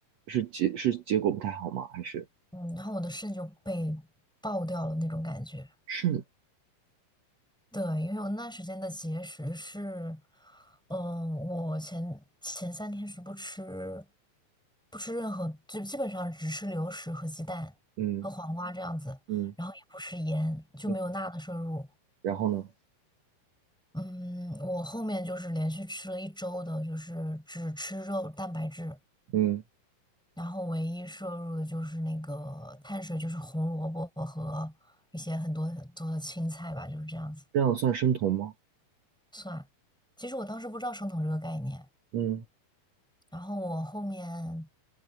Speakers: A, on the right; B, in the centre.
A: 是结是结果不太好吗？还是
B: 嗯，然后我的肾就被爆掉了那种感觉。
A: 是
B: 对，因为我那段时间的节食是，嗯、我前前三天是不吃，不吃任何，就基本上只吃流食和鸡蛋和黄瓜这样子，
A: 嗯嗯
B: 然后也不吃盐，就没有钠的摄入。
A: 嗯，然后呢？
B: 嗯，我后面就是连续吃了一周的，就是只吃肉蛋白质，
A: 嗯，
B: 然后唯一摄入的就是那个碳水，就是红萝卜和一些很多很多的青菜吧，就是这样子
A: 这样算生酮吗？
B: 算。其实我当时不知道生酮这个概念，
A: 嗯
B: 然后我后面，